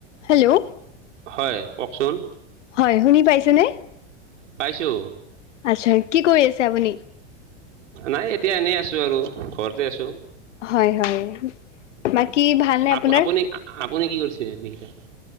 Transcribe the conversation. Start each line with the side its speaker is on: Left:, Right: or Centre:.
Left: Hello
Right: হয় কওকচোন।
Left: হয় শুনি পাইছনে?
Right: পাইছোঁ
Left: আচ্ছা কি কৰি আছে আপুনি
Right: নাই এতিয়া এনেই আছো আৰু ঘৰতে আছো
Left: হয় হয় বাকী ভালনে
Right: আপ
Left: আপোনাৰ
Right: আপুনি আপুনি কি কৰিছে মিলটা